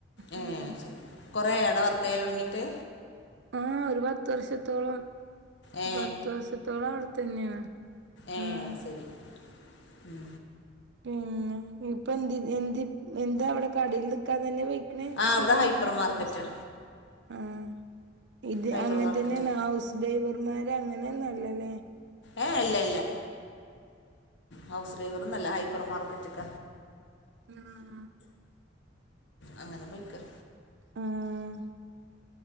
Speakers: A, on the left; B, on the right.
A: ഏഹ്
B: ഉം
A: അഹ് ശരി കൊറേയൊ അടെ വർക്കയ്യലൊട്ങ്ങിട്ട്.
B: ആഹ് ഒരുപാട്. ത്ത് വർഷത്തോളം
A: ഏ
B: പത്ത് വർഷത്തോളം അവിടെത്തന്നെയാ
A: ഏ
B: ഉം.
A: അത് ശരി ഉം.
B: പിന്നെ ഇപ്പന്തി എന്തി എന്താ അവിടെ കടീല് നിക്കാൻ തന്നെ വെ ക്ക്ണെ
A: ആ
B: ശിര്യയ്ക്ക്ണെ
A: ഇവിടെ ഹൈപ്പർ മാർക്കറ്റാ
B: നാസ് ആഹ് ഇത്
A: ഹൈപ്പർ
B: അങ്ങൻതന്നെണ്
A: മാർക്കറ്റ്
B: ഹൗസ്. ഡ്രൈവർമാര് അങ്ങനെന്നു അല്ല ലേ.
A: ഏ അല്ല ല്ല ഹൗസ് ഡ്രൈവറൊന്നല്ല ഹൈപ്പർ മാർക്കറ്റ്ക്ക.
B: ഉം.
A: അങ്ങന പൊയ്ക്ക.
B: ആഹ്.